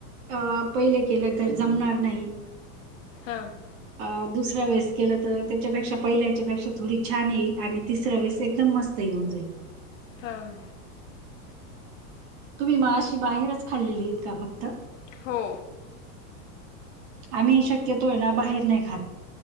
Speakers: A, on the right; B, on the left.
A: अ, पहिले केलं तर जमणार नाही.
B: हां.
A: अ दुसरा वेळेस केलं तर त्याच्यापेक्षा पहिल्याच्यापेक्षा थोडी छान येईल, आणि तिसऱ्या वेस एकदम मस् ते होऊन जाई.
B: हां.
A: तुम्ही माशी बाहेरच खाल्लेली इत का फक्त?
B: हो.
A: आम्ही शक्यतो आहे ना बाहेर नाही खात.